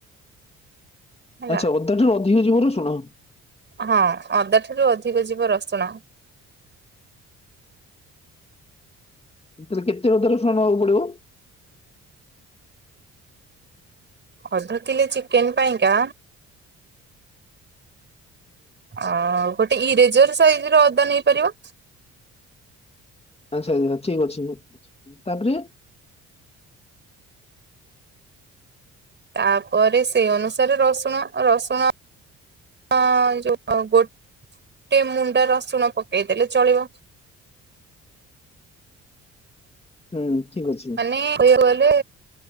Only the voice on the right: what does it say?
ହେଲା।
ହଁ ଅଦା ଠାରୁ ଅଧିକ ଯିବ ରସୁଣ।
ଅଧ କିଲୋ ଚିକେନ ପାଇଁକା ଆ ଗୋଟେ ଇରେଜର ସାଇଜ ର ଅଦା ନେଇପାରିବ।
ତାପରେ ସେଇ ଅନୁସାରେ ରସୁଣ ରସୁଣ ହଁ ଯଉ ଗୋଟ ଟିକେ ମୁଣ୍ଡା ରସୁଣ ପକେଇଦେଲେ ଚଳିବ।
ମାନେ କଇବାକୁ ଗଲେ